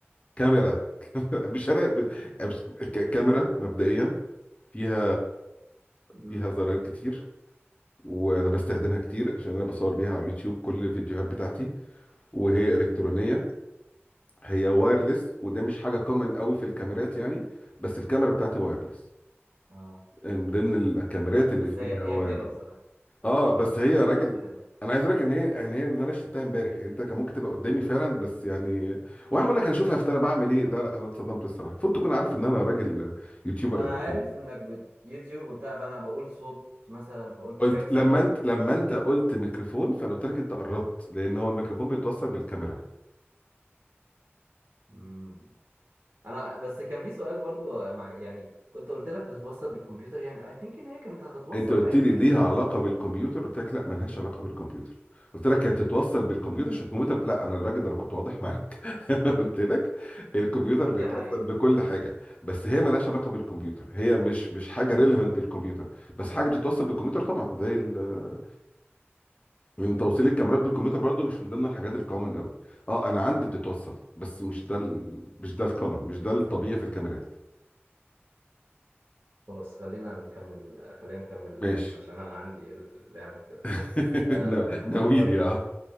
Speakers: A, on the left (about 30°); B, on the right (about 60°).
A: كاميرا <laughs> مش أنا ب- مش... ك- كاميرا مبدئيا فيها
B: امم
A: فيها زراير كتير وأنا بستخدمها كتير عشان أنا بصور بيها على اليوتيوب كل الفيديوهات بتاعتي وهي إلكترونية هي وايرلس وده مش حاجة كومن قوي في الكاميرات يعني بس الكاميرا بتاعتي وايرلس
B: اه
A: من ضمن الكاميرات
B: بس
A: اللي فيها
B: هي هي
A: وايرلس
B: حلوه صراحه
A: اه بس هي
B: هي
A: راجل
B: لا حلوه
A: انا عايز اقول لك ان هي ان هي ان انا شلتها امبارح يعني انت كان ممكن تبقى قدامي فعلا بس يعني وانا بقول لك انا اشوفها في انا بعمل ايه لا لا انا اتصدمت الصراحه فوت تكون عارف ان انا راجل يوتيوبر
B: انا
A: قد الدنيا.
B: عارف انك بت... يوتيوب وبتاع فانا بقول صوت مثلا فقلت
A: قلت
B: ميكسر
A: لما انت
B: <laughs> ف...
A: لما انت قلت ميكروفون فانا قلت لك انت قربت لان هو الميكروفون بيتوصل بالكاميرا
B: مم. انا بس كان في سؤال برضو مع يعني كنت قلت لك بتتوصل بالكمبيوتر يعني اي ثينك ان هي كانت هتتوصل
A: انت قلت
B: عادي
A: لي ليها
B: يعني لو
A: علاقه بالكمبيوتر قلت لك لا ملهاش علاقه بالكمبيوتر قلت لك هي بتتوصل بالكمبيوتر عشان الكمبيوتر لا انا الراجل ده انا كنت واضح معاك <laughs> انا قلت لك الكمبيوتر
B: دي
A: بيتوصل
B: حقيقة
A: بكل حاجه بس هي ملهاش علاقه بالكمبيوتر هي مش مش حاجه ريليفنت بالكمبيوتر بس حاجه بتتوصل بالكمبيوتر طبعا زي ال- لان توصيل الكاميرات بالكمبيوتر برضو مش من ضمن الحاجات الكومن قوي اه انا عندي بتتوصل بس مش ده ال... مش ده الكومن مش ده الطبيعي في الكاميرات
B: خلاص خلينا نكمل خلينا نكمل اللعب
A: ماشي
B: عشان انا عندي لعبة كده
A: <laughs>
B: أه
A: نا-
B: هفكر
A: ناويلي اه